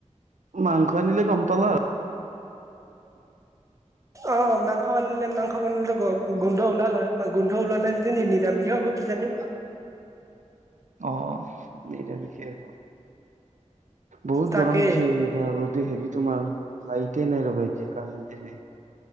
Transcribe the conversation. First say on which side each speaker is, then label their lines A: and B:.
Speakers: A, on the right (about 85°); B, on the right (about 25°).
A: মাংস আনিলে গম পালা আৰু।
B: অ' মাংস আনিলে মাংস বনালেতো গ গোন্ধ ওলাল হয়। গোন্ধ ওলোৱা নাই যদি নি নিৰামিষ এ হ'ব কিজানি
A: অ' অ নিৰামিষ এ হ'ব। বহুত
B: তাকেই
A: গৰম দিছে এ, ৰ'দে হেৰি তোমাৰ লাইট এ নাই ৰবা এতিয়া কাৰেণ্টে নাই।